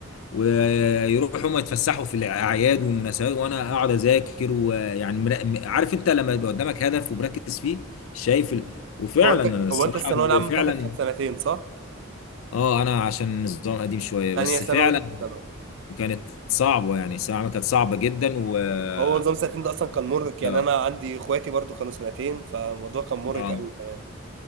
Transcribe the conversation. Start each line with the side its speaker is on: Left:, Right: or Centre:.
Left: ويروحوا هم يتفسحوا في الاعياد والمناسبات وانا اقعد اذاكر ويعني مر- عارف انت لما يبقى قدامك هدف ومركز فيه شايف ال... وفعلا
Right: هو انت
Left: انا الصراحه
Right: هو انت الثانويه
Left: اللي
Right: العامه
Left: فعلا
Right: بتاعتك كانت سنتين صح
Left: اه انا عشان النظام قديم شويه
Right: ثانيه
Left: بس
Right: ثانوي
Left: فعلا
Right: وثالثه ثانوي
Left: وكانت صعبه يعني الثانوية العامة كانت صعبه جدا وكانت
Right: هو نظام سنتين ده اصلا كان مرهق يعني
Left: اه
Right: انا عندي اخواتي برضو كانوا سنتين فالموضوع كان مرهق
Left: آه.
Right: قوي كمان